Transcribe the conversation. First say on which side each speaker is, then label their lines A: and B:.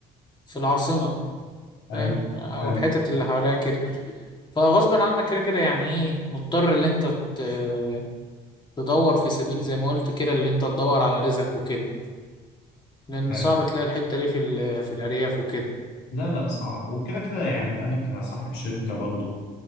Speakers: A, on the left (about 25°); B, on the left (about 85°).
A: في العاصمة فاهم
B: أيوه
A: أو
B: فعلا
A: الحتت اللي حواليها كده فغصب عنك كده كده يعني إيه مضطر إن أنت ت- تدور في سبيل زي ما قلت كده اللي أنت تدور على رزقك وكده لأن
B: فعلا
A: صعب تلاقي الحتة دي في ال- في الأرياف وكده
B: لا لا صعب وكده كده يعني أنا كصاحب شركة برضو